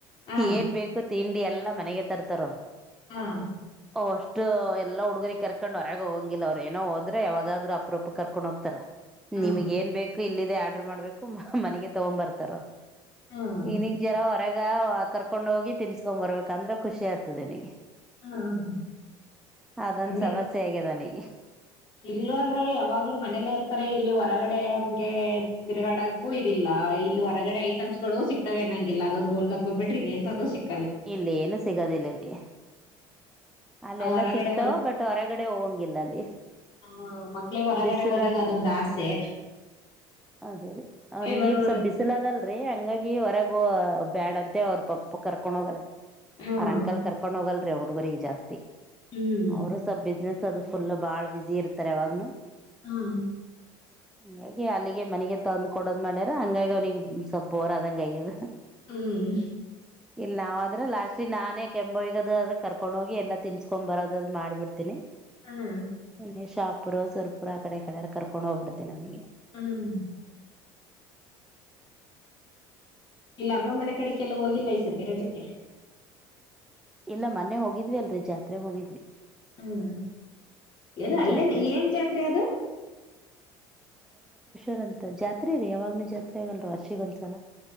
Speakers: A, on the left; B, in the centre.
A: ಹಾ
B: ಏನ್ ಬೇಕು ತಿಂಡಿ ಎಲ್ಲಾ ಮನೆಗೆ ತರ್ತಾರ್ ಅವರು.
A: ಹ್ಮ
B: ಅಷ್ಟು ಎಲ್ಲ ಹುಡುಗ್ ಕರ್ಕೊಂಡ್ ಹೊರಾಗ್ ಹೋಗಂಗಿಲ್ಲ ಅವ್ರು ಏನೋ ಹೋದ್ರೆ ಯಾವಾಗಾದ್ರರು ಅಪ್ರೂಪ ಕರ್ಕೊಂಡು ಹೋಗ್ತಾರ.
A: ಹಾ
B: ನಿಮಗ್ ಏನ್ ಬೇಕು ಇಲ್ಲಿದೆ ಆರ್ಡ್ರ ಮಾಡ್ಬೇಕು ಮನೆಗೆ ತಗೊ ಬರ್ತಾರ.
A: ಹ್ಮ್
B: ಇನಗ್ ಜರ. ರಗ ಕರ್ಕೊಂಡ್ ಹೋಗಿ ತಿನ್ಸ್ಕ ಬರ್ಬೇಕ ಅಂದ್ರೆ ಖುಷಿ ಆಗ್ತದೆ ನಗೆ.
A: ಹ್ಮ್
B: ಅದಂದ
A: ಅಂದ್ರೆ
B: ಸಮಸ್ಯೆ ಆಗದಾನಿ.
A: ಇಲ್ಲೂ ಅಂದ್ರೆ ಯಾವಾಗ್ಲೂ ಮನೇಲ್ಲೇ ಇರ್ತಾರೆ ಇಲ್ಲಿ ಹೊರಗಡೆ ಹಂಗೆ ತಿರ್ಗಾಡಕ್ಕೂ ಇದಿಲ್ಲ. ಇಲ್ಲಿ ಹೊರಗಡೆ ಐಟಮ್ಸ್ ಗಳು ಸಿಕ್ತವೆ ನಂಗಿಲ್ಲ ಅದೊಂದು ಗೋಲ್ಗಾಪ್ಪ ಬಿಟ್ರಿ ಅಂತ ಅದು ಸಿಕ್.
B: ಇಲ್ಲಿ ಏನು ಸಿಗದಿಲ್ಲ ಇಲ್ಲಿ. ಅಲ್ಲೆಲ್ಲಾ
A: ಆ ಹೊರಗಡೆ
B: ಸಿಗ್ತಾವ ಬಟ್ ಹೊರಗಡೆ ಹೋಗಂಗಿಲ್ಲ ಅಲ್ಲಿ.
A: ಹಾ ಮಕ್ಳಗ್ ಹೊರಗಡೆ
B: ಬಿಸಿಲ
A: ಹೋದಾಗ ಅದೊಂದು ಆಸೆ.
B: ಅದೇ ರೀ ಅವ್ನಿಗೆ
A: ಎಲ್ಲರೂ ಹೊರಗೆ
B: ಸ್ವಲ್ ಬಿಸಿಲ ಅದಲ್ರರಿ ಹಂಗಾಗಿ ಹೊರಗೂ ಬ್ಯಾಡಂತ. ಮತ್ತ ಅವ್ರ ಪಪ್ಪ ಕರ್ಕೊಂಡ್ ಹೋಗ್ರ
A: ಹ್ಮ್
B: ಅವ್ರ ಅಂಕಲ್ ಕರ್ಕೊಂಡ್ ಹೋಗಲ್ರಿ ಹುಡುಗರು ಈಗ ಜಾಸ್ತಿ.
A: ಹ್ಮ್
B: ಅವರು ಸ್ವಲ್ ಬಿಸ್ನೆಸ್ ಅದು ಫುಲ್ ಬಾಳ್ ಬಝಿ ಇರ್ತಾರೆ ಅವಾಗ್ನು.
A: ಹಾ.
B: ಹಂಗಾಗಿ ಅಲ್ಲಿಗೆ ಮನೆಗೆ ತೊಂದ್ ಕೊಡೋದ್ ಮಾಡ್ಯಾರ ಹಂಗಾಗಿ ಅವನಿಗೆ ಸ್ವಲ್ಪ ಬೋರ ಅದಂಗ ಅಯ್ಯದ.
A: ಹ್ಮ್
B: ಇಲ್ಲ ನಾಾವ ಆದ್ರ ಲಾಸ್ಟ್ಲಿ ನಾನೇ ಕೆಂಬಿಗದ್ರೆ ಕರ್ಕೊಂಡ್ ಹೋಗಿ ಎಲ್ಲ ತಿನ್ಸಸ್ಕೊಂಡ್ ಬರೋದದು ಮಾಡ್ಬಿಡ್ತೀನಿ
A: ಹ್ಮ್
B: ಇನ್ನೆ ಶಾಪುರ್ ಸುರ್ಪುರ ಆ ಕಡೆ ಕಡೆಾರ ಕರ್ಕೊಂಡು ಹೋಗ್ಬಿಡ್ತಿನಿ ನನಿಗೆ
A: ಹ್ಮ್ ಇಲ್ಲ ಅಮ್ಮ ಮನೆ ಕಡೆಗೆಲ್ಲ ಹೋಗಿಲ್ಲ ಈ ಸತಿ ರಜಕ್ಕೆ
B: ಇಲ್ಲ ಮೊನ್ನೆ ಹೋಗಿದ್ವಿ ಅಲ್ರರಿ ಜಾತ್ರೆಗ್ ಹೋಗಿದ್ವಿ
A: ಹ್ಮ್ ಎಲ್ಲ ಅಲ್ಲೇ
B: ಜಾತ್ರೆ
A: ಏನ್ ಜಾತ್ರೆ ಅದು
B: ರ್ ಅಂತ ಜಾತ್ರೆ ರೀ ಯಾವಾಗ್ನೂ ಜಾತ್ರೆ ಆಗಲ್ ವರ್ಷಿಗ ಒಂದ್ಸಲ